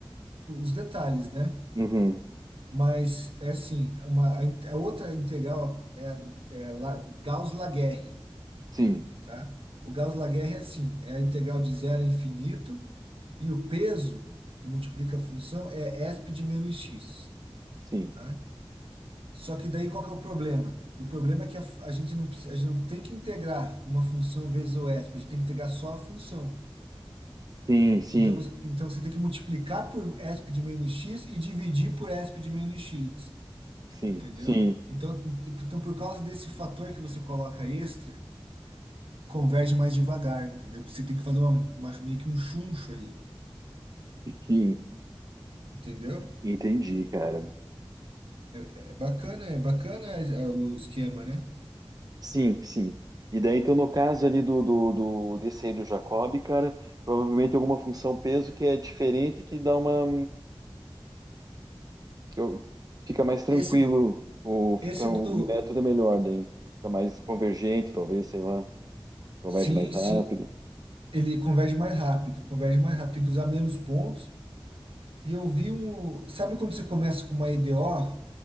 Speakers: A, on the right; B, on the right.
A: os detalhes, né?
B: Uhum,
A: Mas é assim, uma, a, in- a outra integral é, a- é La, Gauss-Laguerre,
B: sim,
A: tá? O Gauss-Laguerre é assim, é a integral de zero a infinito e o peso que multiplica a função é esp de menos x,
B: sim,
A: tá? Só que daí qual que é o problema? O problema é que a, f- a gente não, precisa- a gente não tem que integrar uma função vezes o E s p a gente tem que integrar só a função.
B: sim, sim,
A: Então, você- então você tem que multiplicar por E s p de menos x e dividir por E s p de menos x,
B: sim,
A: entendeu?
B: sim,
A: Então, ent- então por causa desse fator que você coloca extra, converge mais devagar, entendeu? Porque você tem que fazer uma, uma- meio que um chuncho ali,
B: sim.
A: entendeu?
B: Entendi, cara.
A: É bacana, é bacana é, é o esquema, né?
B: Sim, sim. E daí, então, no caso ali do, do, do- desse aí do Jacob, cara, provavelmente tem alguma função peso que é diferente, que dá uma. que eu- fica mais tranquilo,
A: Esse,
B: ou fica,
A: esse
B: o
A: do.
B: método é melhor, daí fica mais convergente, talvez, sei lá, converge
A: Sim,
B: mais rápido.
A: sim. Ele converge mais rápido, converge mais rápido, tem que usar menos pontos. E eu vi um. Sabe quando você começa com uma EDO?